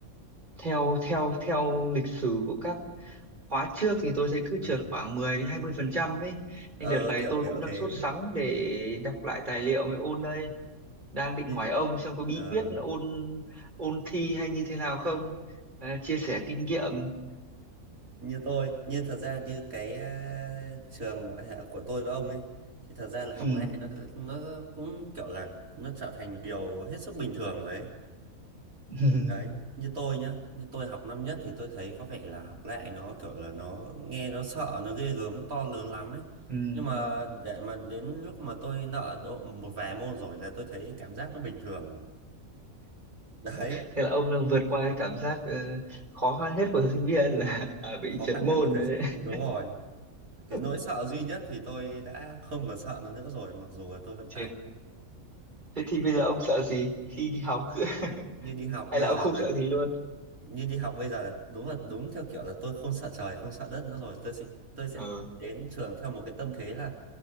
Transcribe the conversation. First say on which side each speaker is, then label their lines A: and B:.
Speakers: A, on the right; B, on the right.
A: theo theo theo lịch sử của các khóa trước thì tôi thấy cứ
B: ờ,
A: trượt khoảng 10 đến 20 phần trăm ấy
B: ờ,
A: nên đợt này
B: kiểu
A: tôi
B: kiểu
A: cũng đang
B: thế
A: sốt sắng để đọc lại tài liệu mới ôn đây đang định
B: Như-
A: hỏi ông xem có bí
B: ờ
A: quyết ôn ôn thi hay như thế nào không Ờ, chia sẻ kinh nghiệm
B: như tôi như thật ra như cái à, trường của, hạ- của tôi với ông ấy thì thật ra là học
A: ừ.
B: lại nó nó cũng kiểu là nó trở thành một điều hết sức bình thường rồi ấy
A: <laughs>
B: đấy như tôi nhá như tôi học năm nhất thì tôi thấy có vẻ là học lại nó kiểu là nó nghe nó sợ nó ghê gớm nó to lớn lắm ấy
A: ừ.
B: nhưng mà để mà đến lúc mà tôi nợ độ một vài môn rồi là tôi thấy cảm giác nó bình thường rồi đấy
A: thế là ông đã vượt qua cái cảm giác ờ, khó khăn nhất của sinh viên là <laughs> à, bị
B: khó
A: trượt
B: khăn
A: môn
B: nhất là thầy
A: đấy
B: sinh viên
A: <laughs>
B: đúng rồi cái
A: đấy.
B: nỗi sợ duy nhất thì tôi đã không còn sợ nó nữa rồi mặc dù là tôi vẫn tài
A: Thế, thế thì bây giờ ông sợ gì khi đi học <laughs>
B: như đi học
A: hay
B: bây
A: là ông
B: giờ
A: không sợ
B: ấy,
A: gì luôn?
B: như đi học bây giờ là đúng là đúng theo kiểu là tôi không sợ trời không sợ đất nữa rồi tôi sẽ tôi sẽ
A: Ờ,
B: đến trường theo một cái tâm thế là